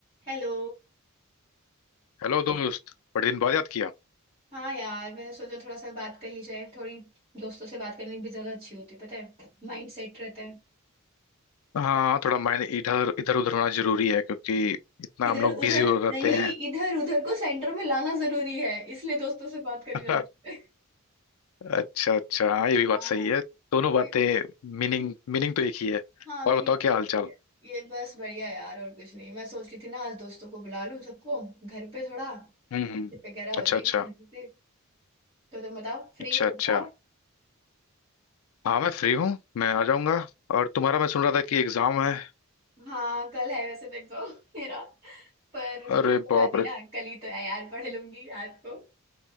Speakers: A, on the right; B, on the left.
A: Hello
B: Hello दोस्त बड़े दिन बाद याद किया
A: हाँ यार मैंने सोचा थोड़ा सा बात कर ली जाए थोड़ी दोस्तों से बात करनी भी ज्यादा अच्छी होती है पता है माइंड सेट रहता है
B: हाँ थोड़ा मायने इधर इधर उधर होना जरूरी है क्योंकि इतना
A: इधर
B: हम लोग बिजी
A: उधर
B: हो रहते
A: नहीं
B: हैं
A: इधर उधर को सेंटर में लाना जरूरी है इसलिए दोस्तों से बात करी
B: <laughs>
A: जाती है
B: अच्छा अच्छा हाँ ये भी बात
A: हाँ
B: सही है दोनों बातें
A: ये-
B: मीनिंग मीनिंग तो एक ही है
A: हाँ मैंने
B: और बताओ
A: तो
B: क्या
A: एक
B: हाल चाल
A: किया है। ये बस बढ़िया यार और कुछ नहीं मैं सोच रही थी ना आज दोस्तों को बुला लूं सबको घर पे थोड़ा
B: हम्म हम्म।
A: वगैरह हो
B: अच्छा
A: जाएगी
B: अच्छा
A: मजे से तो तुम बताओ फ्री
B: अच्छा
A: हो तो
B: अच्छा
A: बताओ
B: हाँ मैं फ्री हूँ मैं आ जाऊंगा और तुम्हारा मैं सुन रहा था कि एग्जाम है
A: हाँ कल है वैसे तक तो <laughs> मेरा पर
B: अरे
A: फिर तो कहती
B: बाप रे
A: ना कल ही तो है यार पढ़ लूंगी रात को